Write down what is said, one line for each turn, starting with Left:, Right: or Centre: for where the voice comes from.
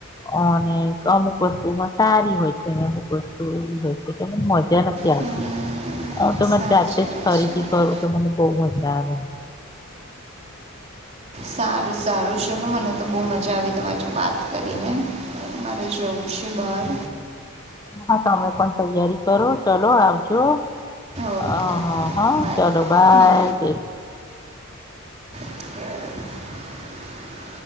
Left: અને અમુક વસ્તુમાં તારી હોય છે, અમુક વસ્તુ એવી હોય છે, કે મજા નથી આવેતી
Right: હમ
Left: <unintelligible> તોરે
Right: સાચી
Left: જાતે જ
Right: વાત
Left: ખરીદી
Right: છે
Left: કરુ, તો મને બહ મજા આવે
Right: સારુ સારુ છેલો મને, તો બહુ મજા આવી તમા જો વાત કરીને મારે જવું છે. બાર
Left: હા, તમે પણ તૈયારી કરો ચલો, આવજો
Right: ઓકે
Left: અ
Right: ઓકે
Left: હા, હા
Right: બાય
Left: ચાલો ભાઈ
Right: હમ કે